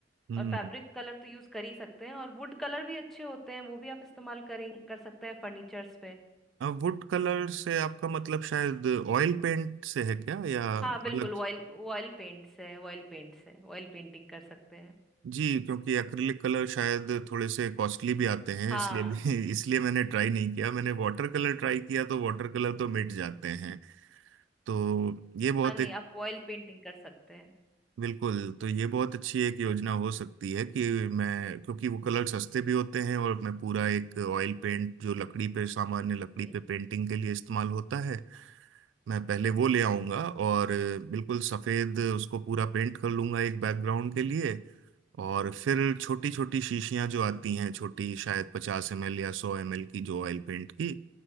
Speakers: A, on the right (about 85°); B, in the centre.
A: हम्म
B: और फैब्रिक कलर तो यूज कर ही सकते हैं और वुड कलर भी अच्छे होते हैं वो भी आप इस्तेमाल करें कर सकते हैं फर्नीचर्स पे
A: वुड कलर से आपका मतलब शायद ऑयल पेंट से है क्या या अलग
B: हाँ बिल्कुल ऑयल ऑयल पेंट से ऑयल पेंट से ऑयल पेंटिंग कर सकते हैं
A: जी क्योंकि एक्रिलिक कलर शायद थोड़े से कॉस्टली भी आते हैं
B: हाँ
A: इसलिए भी <laughs> इसलिए मैंने ट्राई नहीं किया मैंने वाटर कलर ट्राई किया तो वाटर कलर तो मिट जाते हैं तो ये बहुत
B: हाँ नहीं
A: एक
B: आप ऑयल पेंटिंग कर सकते हैं
A: बिल्कुल तो ये बहुत अच्छी एक योजना हो सकती है कि मैं क्योंकि वो कलर सस्ते भी होते हैं और मैं पूरा एक ऑयल पेंट जो लकड़ी पे सामान्य लकड़ी
B: जी
A: पे पेंटिंग के लिए इस्तेमाल होता है मैं पहले वो ले आऊंगा और बिल्कुल सफेद उसको पूरा पेंट कर लूंगा एक बैकग्राउंड के लिए और फिर छोटी छोटी शीशियां जो आती हैं छोटी शायद पचास एम एल या सौ एम एल की जो ऑयल पेंट की